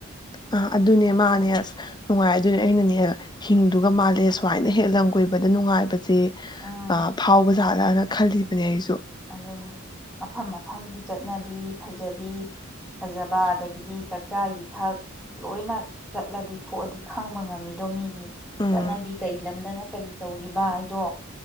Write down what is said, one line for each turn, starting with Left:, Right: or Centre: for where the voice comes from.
Left: ꯑ ꯑꯗꯨꯅꯦ ꯃꯥꯅꯦ ꯑꯁ ꯅꯨꯡꯉꯥꯏ ꯑꯗꯨꯅꯦ ꯑꯩꯅꯅꯦ ꯍꯤꯡꯗꯨꯒ ꯃꯥꯜꯂꯦ ꯁꯨꯃꯥꯏꯅ ꯍꯦꯛ ꯂꯝ ꯀꯣꯏꯕꯗ ꯅꯨꯡꯉꯥꯏꯕ ꯁꯦ
Centre: ꯎꯝ
Left: ꯐꯥꯎꯕꯖ ꯑꯅ ꯈꯜꯂꯤꯕꯅꯦ ꯑꯩꯁꯨ
Centre: ꯑꯗꯨꯅꯤ ꯃꯐꯝ ꯃꯐꯝꯒꯤ ꯆꯠꯅꯕꯤ ꯐꯖꯕꯤ ꯐꯖꯕ ꯑꯗꯒꯤꯗꯤ ꯆꯥꯛꯆꯥ ꯌꯊꯛ ꯂꯣꯏꯅ ꯆꯠꯂꯗꯤ ꯊꯣꯛꯑꯗꯤ ꯈꯪꯕ ꯉꯝꯃꯤꯗꯣ ꯃꯤꯒꯤ
Left: ꯎꯝ
Centre: ꯆꯅꯕꯤ ꯀꯩ ꯂꯝꯗꯅ ꯀꯔꯤ ꯇꯧꯔꯤꯕ ꯍꯥꯏꯗꯣ